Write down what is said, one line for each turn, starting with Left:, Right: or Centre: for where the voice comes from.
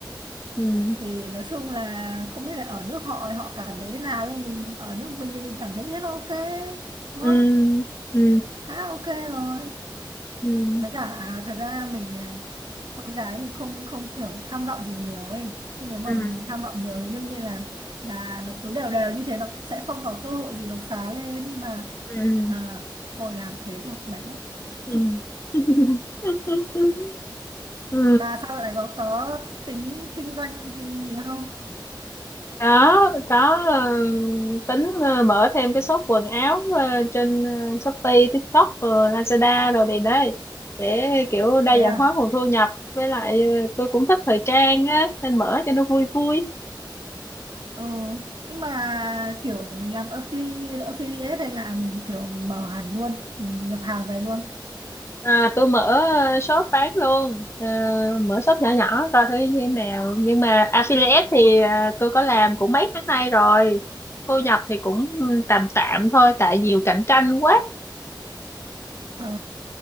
Left: ừ
Right: thì nói chung là không biết là ở nước họ họ cảm thấy thế nào nhưng mình ở nước mình thì mình cảm thấy thế là ok đúng
Left: ừ
Right: không
Left: ừ
Right: khá ok rồi
Left: ừ
Right: với cả à, thật ra mình à, con gái mình không không kiểu tham vọng gì nhiều ấy chứ nếu mà
Left: ừ
Right: mình tham vọng nhiều thì đương nhiên là là nó cứ đều đều như thế nó sẽ không có cơ hội gì đột phá lên nhưng mà
Left: ừ
Right: à, thôi làm thế thôi mệt lắm
Left: ừ
Right: <laughs>
Left: <laughs> ừ
Right: bà sao dạo này có có tính kinh doanh cái gì không
Left: đó đó ờ, tính ờ, mở thêm cái shop quần áo ờ, trên ờ, Shopee, TikTok rồi Lazada rồi này đây để kiểu đa
Right: thế à
Left: dạng hóa nguồn thu nhập với lại ờ, tôi cũng thích thời trang á nên mở cho nó vui vui
Right: Ờ, nhưng mà kiểu mình làm affiliate, affiliate hay là mình kiểu mình mở hẳn luôn, mình nhập hàng về luôn.
Left: À, tôi mở ờ, shop bán luôn Ờ, mở shop nhỏ nhỏ coi thử như thế nào nhưng mà affiliate thì ờ, tôi có làm cũng mấy tháng nay rồi thu nhập thì cũng tạm tạm thôi tại nhiều cạnh tranh quá
Right: Ờ,